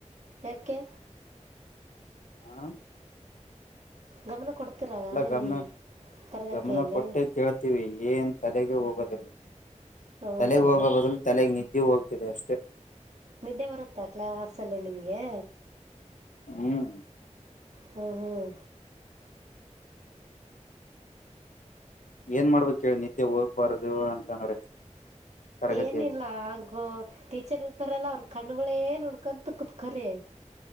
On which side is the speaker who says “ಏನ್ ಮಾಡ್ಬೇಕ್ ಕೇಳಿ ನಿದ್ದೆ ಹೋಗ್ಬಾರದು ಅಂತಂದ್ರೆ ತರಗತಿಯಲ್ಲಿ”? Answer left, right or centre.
Left